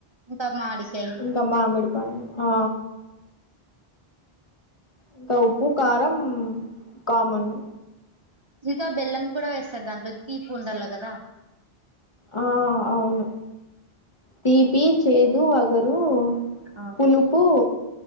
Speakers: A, on the right (about 40°); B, on the left (about 35°).
A: ఇంకా మాడికాయ
B: ఇంకా మామిడిపండు ఆ ఇంకా ఉప్పు కారం కామన్
A: ఇక బెల్లం కూడా వేస్తారు దాంట్లో తీపు ఉండాల కదా
B: ఆ అవును తీ పి చేదు వగరు
A: ఆ
B: పులుపు